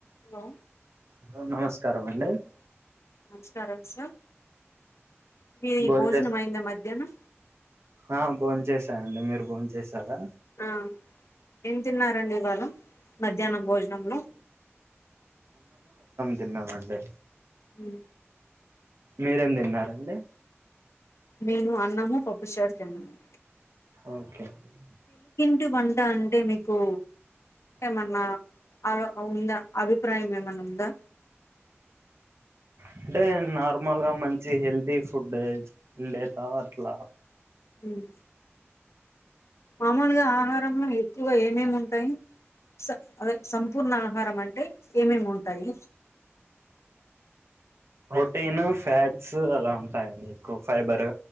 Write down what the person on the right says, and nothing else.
hello నమస్కారమ అండి
భోంచేస్
ఆ బోన్ చేసాయండి మీరు బోన్ చేసారా
తిన్నామండీ.
మీరేం తిన్నారండి?
ఓకే అండి.
అంటే నార్మల్ గా మంచి హెల్తీ ఫుడ్ ఉండేతావ అట్ల
ప్రోటీన్, ఫ్యాట్స్ అలా ఉంటాయండి. ఎక్కువ ఫైబర్